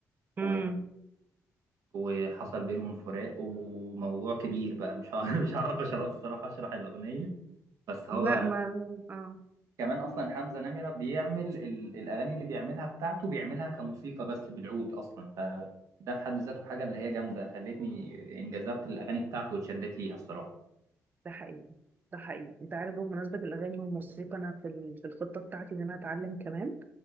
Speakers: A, on the right; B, on the right.
A: امم
B: و... وحصل بينهم فراق وموضوع كبير بقى مش هعرف <laughs> مش هعرف أشرح الصراحة أشرح الأغنية بس هو
A: لا ما اه
B: كمان أصلا حمزة نمرة بيعمل ال... الأغاني اللي بيعملها بتاعته بيعملها كموسيقى بس بالعود أصلا فده في حد ذاته حاجة اللي هي جامدة خلتني انجذبت الأغاني بتاعته واتشدت ليها الصراحة
A: ده حقيقي ده حقيقي انت عارف بمناسبة الأغاني والموسيقى أنا في ال- في الخطة بتاعتي إن أنا أتعلم كمان